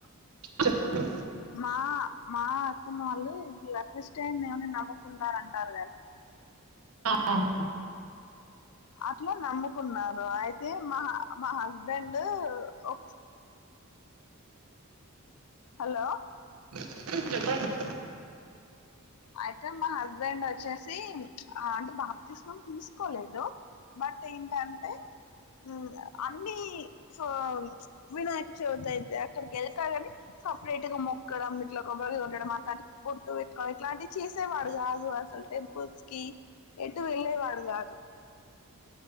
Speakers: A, on the right; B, on the left.
A: చెప్పు
B: మా మా అత్తమ్మ వాళ్ళు ఇట్లా క్రిస్టియన్ దేవుడిని నమ్ముకుంటారు అంటారు కదా
A: అవును
B: అట్లా నమ్ముకున్నారు అయితే మా మా హస్బెండ్ ఒ హలో
A: ఉ చెప్పండి
B: అయితే మా హస్బెండ్ వచ్చేసి అంటే బాప్తీస్మం తీసుకోలేదు బట్ ఏంటంటే హ్మ్ అని సో వినాయక చవితి అయితే అక్కడికి వెళ్తేరని సపరేట్ గా మొక్కడం ఇట్లా కొబారికాయి కొట్టడం అట్లాంటి బొట్టు వెట్టుకొని ఇట్లాంటివి చేసేవాడు కాదు అసలు టెంపుల్స్ కి ఎటు వెళ్ళే వాడు కాదు